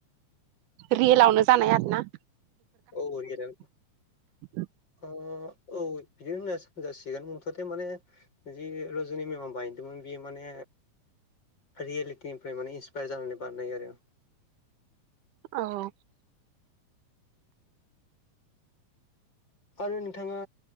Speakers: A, on the right; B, on the left.
A: रेयेलावनो जानाय आर ना?
B: औ रियेलाव
A: <inaudible>
B: ओ औ बिदिनो होनजा होनजासिगोन मुथथे माने जि रज'नि मेमा बायदोंमोन बियो माने रियेलिटिनिफ्राय माने इन्सपायार जानानै बानायनाय आरो।
A: औ
B: आरो नोंथाङा